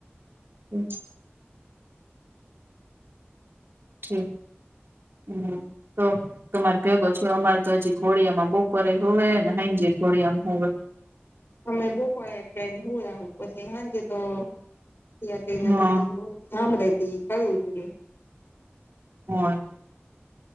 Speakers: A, on the right; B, on the left.
A: હમ ઠી હમ તો તમારે કો છો અમારે તો હજી ઘોડિયામાં બપોરેય હોય ને હ જે ઘોડિયામાં હો
B: અમે બોપોર એક ટાઈમ જો આવ પછી હાંજ તોને પછી
A: હા
B: હભળતી કરું જોઈ
A: હોય